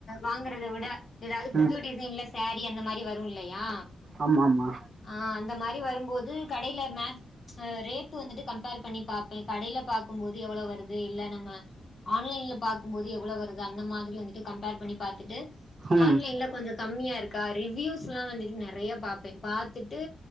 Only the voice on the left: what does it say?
வாங்கறத விட எதாது புது
டிசைன்லச் சாரீ அந்த மாரி வரு இல்லையா
ஆ அந்த மாரி வரும்போது கடைல மே அ ரேட்டு வந்துட்டு கம்பேர் பண்ணி பாப்பே கடைல பாக்கும்போது எவ்ளோ வருது இல்ல நம்ம ஆன்லைன்ல பாக்கும்போது எவ்ளோ வருது அந்த மாதிரி வந்துட்டு கம்பேர் பண்ணி பாத்துட்டு
ஆன்லைன்ல கொஞ்ச கம்மியா இருக்கா ரிவியூஸ்லா வந்துட்டு நெறைய பாப்பே பாத்துட்டு